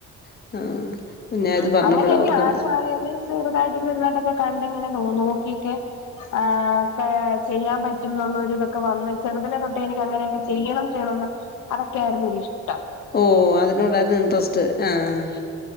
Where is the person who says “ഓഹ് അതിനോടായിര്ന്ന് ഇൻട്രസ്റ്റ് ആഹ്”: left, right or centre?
Left